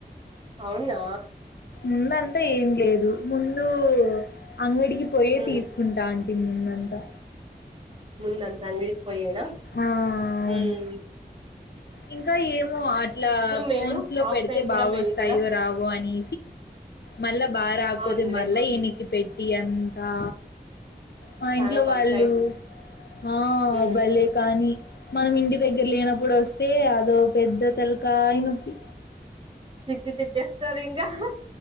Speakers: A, on the right; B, on the left.
A: అవునా
B: ముందంతా ఏం లేదు ముందు అంగడికి పోయే
A: ఉమ్
B: తీసుకుంటా అం ముందంతా
A: ముందంత అంగడికి పోయేనా?
B: ఆ అవును
A: హ్మ్
B: ఇంకా ఏమో అట్లా ఫోన్స్
A: మేలు
B: లో
A: ఆఫ్లైన్
B: పెడితే
A: కూడా
B: బాగొస్తాయో
A: మేలు కదా
B: రావో అని మళ్ళా బారకపోతే
A: అవునులే
B: మళ్ళా ఎనికి పెట్టి అంతా మా
A: చానా
B: ఇంట్లో
A: పంచాయతీ
B: వాళ్ళు ఆ
A: ఉమ్
B: భలే కానీ మనం ఇంటి దగ్గర లేనప్పుడు వస్తే, అదో పెద్ద తలకాయి నొప్పి
A: తిట్టి తిట్టియేస్తారు ఇంగా హ్